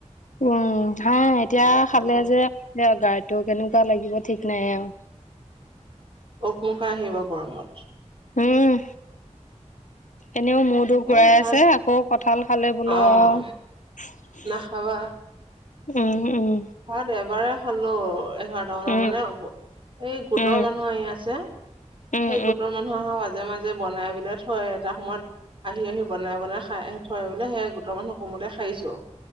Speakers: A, on the left (about 85°); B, on the right (about 45°).
A: উমঁ, হয়, এতিয়া খালে
B: অ
A: যে এতিয়া গাটো কেনেকুৱা লাগিব ঠিক নাই আৰু।
B: উকমুকাই আহিব গৰমত।
A: উম, এনেও মোৰ তো ঘূৰাই
B: এই ভাত
A: আছে আকৌ কঁঠাল খালে বোলো
B: অ
A: আৰু।
B: নাখাবা
A: উম উম।
B: ভাত এবাৰে খালো। এঘাৰটা মানত
A: উম,
B: মানে, এই গোটৰ
A: উম,
B: মানুহ আহি আছে।
A: উম, উম,
B: সেই গোটৰ মানুহ অহা মাজে মাজে বনাই বনাই থৈ এটা সময়ত আহি আহি বনাই বনাই খাই - থয় বোলে সেই গোটৰ মানুহ কমোতে খাইছো,